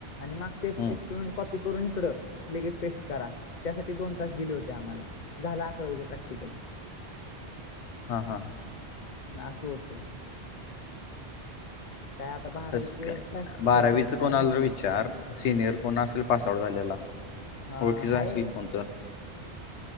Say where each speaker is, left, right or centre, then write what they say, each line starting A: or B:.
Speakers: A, on the left (about 50°); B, on the left (about 85°).
A: आणिग ते
B: हम्म.
A: कॉपी करून इकडं लेग पेस्ट करा त्यासाठी दोन तास दिले होते आम्हाला दहाला अकरा वजच प्रॅक्टिकल
B: हा हा हा
A: अस असं होतो काय आता बारावीचं
B: तस काय
A: प्रॅक्टिकलचं
B: बारावीच
A: आता
B: कोणाला
A: काय माहिती
B: विचार सिनियर कोण असेल पासआउट झाल्याला
A: हा
B: ओळखीचा
A: हाय
B: असेल कोणत